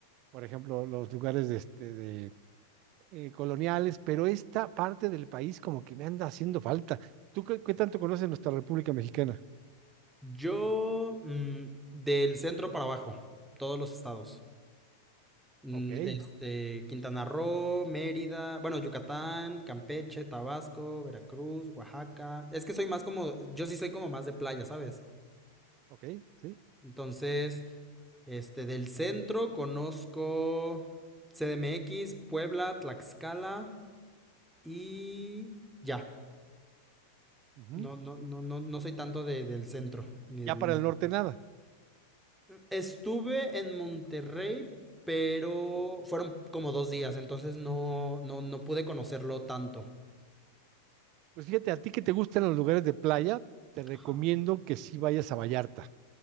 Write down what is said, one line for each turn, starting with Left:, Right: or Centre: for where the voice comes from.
Right: por ejemplo, los lugares de, este, de eh, coloniales, pero esta parte del país como que me anda haciendo falta. ¿Tú qué, qué tanto conoces nuestra República Mexicana?
Centre: Yo, mm, del centro para abajo, todos los estados. Mm,
Right: Ok,
Centre: Este, Quintana Roo, Mérida, bueno, Yucatán, Campeche, Tabasco, Veracruz, Oaxaca. Es que soy más como, yo sí soy como más de playa, ¿sabes?
Right: ok, sí.
Centre: Entonces, Este, del centro conozco CDMX, Puebla, Tlaxcala y ya.
Right: ujú.
Centre: No, no, no, no, no soy tanto de- del centro ni del
Right: Ya para
Centre: norte.
Right: el norte nada.
Centre: Estuve en Monterrey, pero fueron como dos días, entonces no, no, no pude conocerlo tanto.
Right: Pues fíjate, a ti que te gustan los lugares de playa, te recomiendo
Centre: Ajá.
Right: que sí vayas a Vallarta.